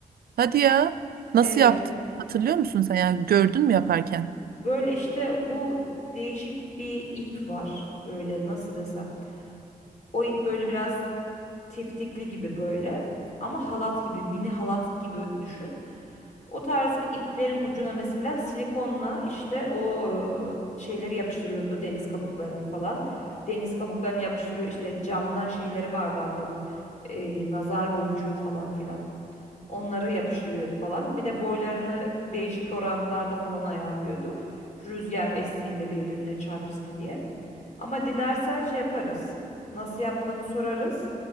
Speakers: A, on the right; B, on the left.
A: Hadi ya. Nasıl
B: Evet.
A: yaptın? Hatırlıyor musun sen? Yani gördün mü yaparken?
B: Böyle işte bu değişik bir ip var. Böyle nasıl desem. O ip böyle biraz tiftikli gibi böyle. Ama halat gibi, mini halat gibi düşün. O tarz bir iplerin ucuna mesela silikonla işte o e, şeyleri yapıştırıyordu. Deniz kabuklarını falan. Deniz kabuklarını yapıştırıyor. işte camdan şeyleri vardı ablamın. e, nazar boncuğu falan filan. Onları yapıştırıyordu falan. Bir de boylarını değişik oranlarda falan ayarlıyordu. Rüzgar estiğinde birbirine çarpsın diye. Ama dilersen şey yaparız. Nasıl yaptığını sorarız.